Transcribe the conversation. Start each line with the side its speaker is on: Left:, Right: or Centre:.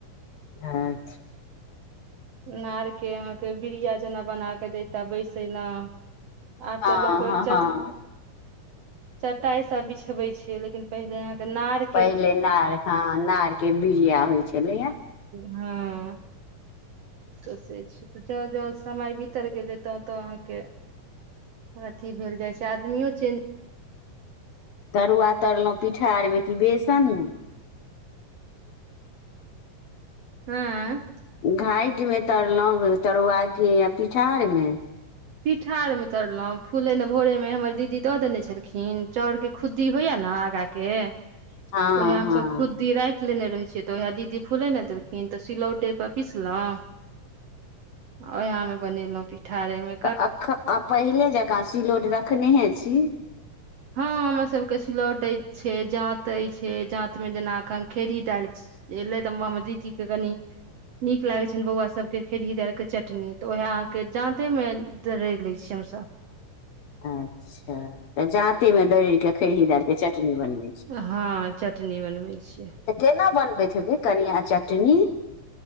Left: अ छी
Right: नार के अहाँके बिड़िया जेना बना के देता बैसेना आब
Left: हँ
Right: त लोक के
Left: हँ
Right: चट
Left: हँ
Right: चटाईस बिछवय छियै लेकिन पहिले अहाँ के नाड़
Left: पहिले नाड़ हं नाड़ के बिरिया होइ छलैया
Right: हँ तऽ से छै तऽ जँं जो समय बितर गेलै तह तऽ अहाँके अथी भेल जाय छै आदमियो चेंज
Left: तरुआ तरल‌उहुँ पीठार मे कि बेसन मे
Right: हुं
Left: घाठिमें तरल‌उहुँ तरुआ कि पिठार मे
Right: पीठारमे तरलहुँ फूलेने भोरे मे हमर दीदी दऽ देने छलखिन चाउरके खुद्दी होइया ने आगा के त
Left: हँ
Right: ओहे हमस
Left: हँ
Right: खु दी राखि लेने रहै छियै तऽ ओहा दीदी फूले ला देलखिन तऽ सिलौटे पर पिसल‌उहुँ ओएहा हम बनेलहुं पीठारेमे <unintelligible>
Left: तऽ अखन पहिले जकाँ सिलोट रखनेहे छी
Right: हँ हमर सबके सिलौट छै जाते छै जात में जेना अखन खेड़ी दालि एयलै तऽ हम हमर दीदी के कनी नीक लागे छनि बौआ सबके खेहीदार के चटनी तऽ ओ अहाँके जाँते मे दरैर लै छीयै हमसभ
Left: अच्छा तऽ जात में दड़ड़ के खेरही दाल के चटनी बनबै छी
Right: हँ चटनी बनबै छियै
Left: तऽ केना बनबैत हेबै कनिया चटनी